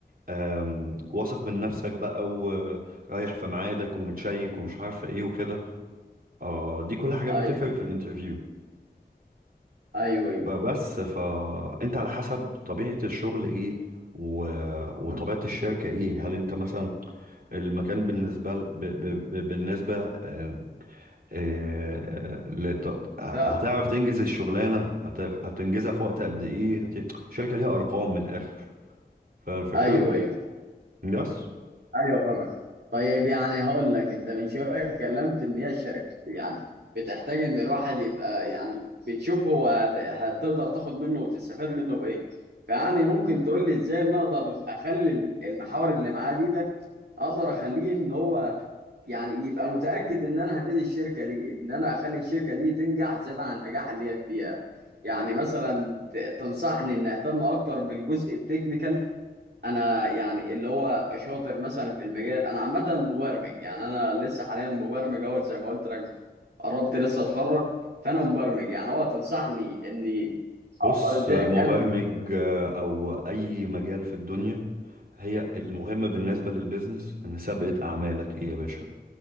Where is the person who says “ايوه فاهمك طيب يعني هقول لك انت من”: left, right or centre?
Right